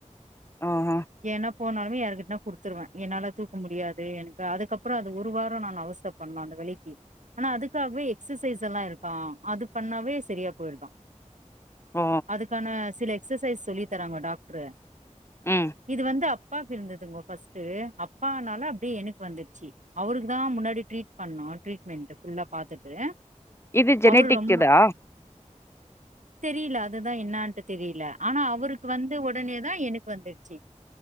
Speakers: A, on the left; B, on the right.
A: ஆஹா
B: ஏனா போனாலுமே யாருக் குடுத்துருவே என்னால தூக்க முடியாது எனக்கு அதுக்கப்புறோ அது ஒரு வாரோ நா அவஸ்த்த படனு அந்த வலிக்கு ஆனா அதுக்காகவே எக்ஸசைஸ் எல்லா இருக்கா அது பண்ணாவே சரியா போயிருதா
A: ஓ
B: அதுக்கான சில எக்சசைஸ் சொல்லி தராங்க டாக்ரு
A: ம்
B: இது வந்து அப்பாக்கு இருந்ததுங்க பஸ்ட்டு அப்பாானால அப்டியே எனக்கு வந்துருச்சி அவருக்கு தா முன்னாடி ட்ரீட் பண்ணோ டரீட்மெண்ட்டு ஃபுல்லா பாத்துட்டு
A: இது ஜெனட்டிக்
B: அவரு ரொம்ப
A: இதா
B: தெரியல அதுத என்னான்ட்டு தெரியல ஆனா அவருக்கு வந்து ஒடனே தா எனக்கு வந்துடுச்சி